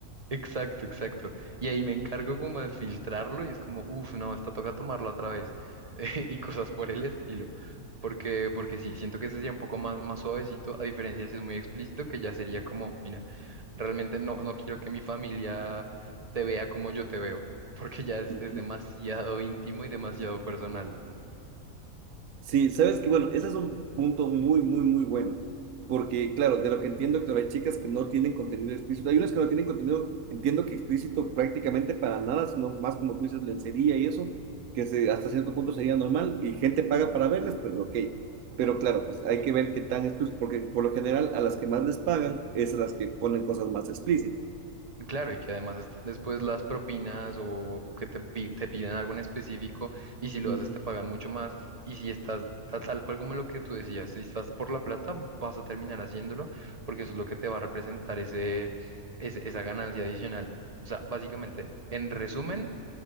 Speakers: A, on the right; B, on the right.
A: Exacto, exacto. Y ahí me encargo como de filtrarlo y es como, uff, no, esta toca tomarlo otra vez. <laughs> y cosas por el estilo. Porque, porque sí, siento que ese sería un poco más, más suavecito, a diferencia de si es muy explícito, que ya sería como, mira, realmente no, no quiero que mi familia te vea como yo te veo, <laughs> porque ya es,
B: Ujú.
A: es demasiado íntimo y demasiado personal.
B: Sí, sabes que, bueno, ese es un punto muy, muy, muy bueno. Porque, claro, de lo que entiendo, claro, hay chicas que no tienen contenido explícito. Hay unas que no tienen contenido, entiendo que explícito prácticamente para nada, sino más como tú dices, lencería y eso, que se- hasta cierto punto sería normal y gente paga para verles, pues ok. Pero claro, pues hay que ver qué tan explícito, porque por lo general a las que más les pagan es a las que ponen cosas más explícitas.
A: Claro, y que además están después las propinas o, o que te, pi- te piden algo en específico y si lo
B: Ujú.
A: haces te pagan mucho más y si estás ta- tal cual como lo que tú decías, si estás por la plata vas a terminar haciéndolo porque eso es lo que te va a representar ese, ese- esa ganancia adicional. O sea, básicamente, en resumen,